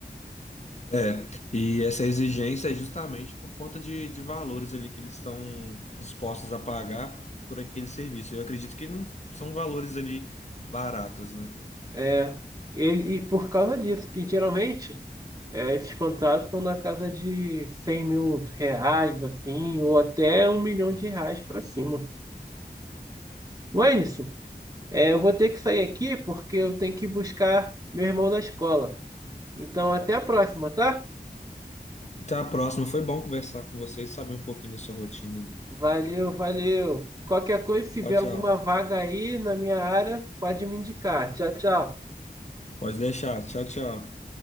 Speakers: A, on the left (about 40°); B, on the right (about 20°).
A: É, e essa exigência é justamente por conta de, de valores ali que eles estão dispostos a pagar por, por aquele serviço. Eu acredito que não são valores ali baratos, né?
B: É, ele- e por causa disso, que geralmente é, esses contratos são na casa de 100 mil reais, assim, ou até um milhão de reais para cima. Wenderson, é, eu vou ter que sair aqui porque eu tenho que buscar meu irmão na escola. Então, até a próxima, tá?
A: Até a próxima. Foi bom conversar com vocês, saber um pouquinho da sua rotina. ali.
B: Valeu, valeu. Qualquer coisa, se tiver
A: Tchau, tchau.
B: alguma vaga aí na minha área, pode me indicar. Tchau, tchau.
A: Pode deixar. Tchau, tchau.